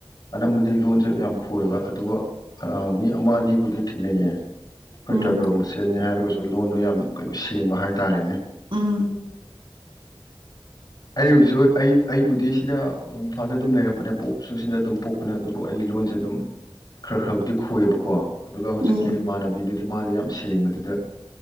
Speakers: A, on the left; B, on the right.
A: ꯑꯅꯝꯕꯗꯤ ꯂꯣꯟꯁꯨ ꯌꯥꯝ ꯈꯣꯏꯕ ꯑꯗꯨꯕꯨ ꯃꯤ ꯑꯃ ꯑꯅꯤꯕꯨꯗꯤ ꯊꯦꯡꯅꯩꯌꯦ ꯑꯩꯈꯣꯏ
B: ꯎꯝ
A: ꯇ꯭ꯔꯥꯏꯕꯦꯜ ꯃꯁꯦꯅꯤ ꯍꯥꯏꯔꯒꯁꯨ ꯂꯣꯟꯗꯣ ꯌꯥꯝ ꯀꯩꯅꯣ ꯁꯦꯡꯕ ꯍꯥꯏꯇꯥꯔꯦꯅꯦ
B: ꯎꯝ
A: ꯑꯩꯕꯨꯁꯨ ꯑꯩ ꯑꯩꯕꯨꯗꯤ ꯁꯤꯗ ꯏꯝꯐꯥꯜꯗ ꯑꯗꯨꯝ ꯂꯩꯔꯛꯄꯅꯦ ꯄꯣꯛꯄꯁꯨ ꯁꯤꯗ ꯑꯗꯨꯝ ꯄꯣꯛꯄꯅꯦ ꯑꯗꯨꯕꯨ ꯑꯩ ꯂꯣꯟꯁꯦ ꯑꯗꯨꯝ ꯈꯔ ꯈꯔꯕꯨꯗꯤ ꯈꯣꯏꯌꯦꯕꯀꯣ ꯑꯗꯨꯒ ꯍꯧꯖꯤꯛꯀꯤ
B: ꯎꯝ
A: ꯏꯃꯥꯟꯅꯕꯤꯗꯨ ꯗꯤꯃꯥꯗꯤ ꯌꯥꯝ ꯁꯦꯡꯕꯗꯨꯗ